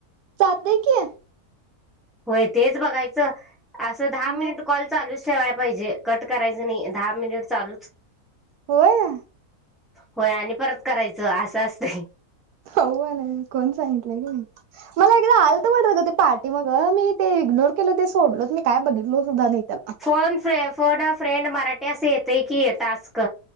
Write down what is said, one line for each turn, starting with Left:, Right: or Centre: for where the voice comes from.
Right: चालतय की
Centre: होय तेच बघायचं असं दहा
Right: ह
Centre: मिनिट कॉल चालूच ठेवाय पाहिजे कट करायच नाही दहा मिनिट चालूच
Right: होय
Centre: होय आणि परत करायचं असं नाही
Right: होले कोण सांगितलंय की नाही मला एकदा आलत वाटत ग ते पहाटी मग मी ते इग्नोर केल ते सोडलो मी काय बघितल सुद्धा नाही त्याला
Centre: फोन फ्रे फोन अ फ्रेंड मराठी असं येतय की टास्क